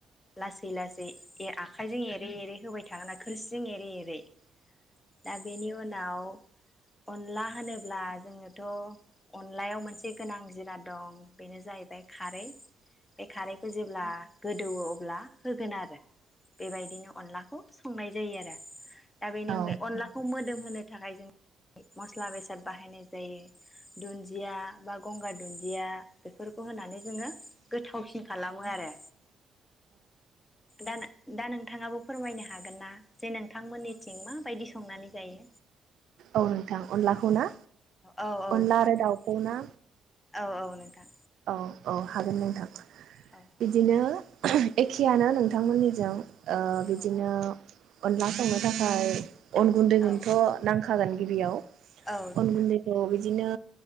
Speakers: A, on the left (about 20°); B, on the right (about 70°).
A: लासै लासै ए आखाइजों एरै एरै होबाय थागोन ना खोरसिजों एरै एरै दा बेनि उनाव अनला होनोब्ला जोङो थ' अनलायाव मोनसे गोनां जिराद दं बेनो जाहैबाय खारै बे खारैखौ जेब्ला गोदौवो अब्ला होगोन आरो बेबायदिनो अनलाखौ संनाय जायो आरो दा बेनि
B: औ
A: अनगायै अनलाखौ मोदोम होनो थाखाय जों मस्ला बेसाद बाहायनाय होयो दुनदिया बा गंगार दुनदिया बेफोरखौ होनानै जोङो गोथावसिन खालामो आरो दाना दा नोंथाङाबो खौ फोरमायनो हागोन ना जे नोंथांमोननिथिं माबायदि संनानै जायो।
B: औ नोंथां अनलाखौ ना
A: औ औ
B: अनला
A: नोंथां
B: आरो दाउखौ ना
A: औ औ नोंथां
B: औ औ हागोन नोंथां
A: औ
B: बिदिनो। एखेयानो नोंथांमोननिजों ओ बिदिनो
A: औ
B: अनला संनो थाखाय अन गुन्दैखौनोथ'
A: औ
B: नांखागोन गिबियाव
A: औ नोंथां
B: अन गुन्दैखौ बि दिनो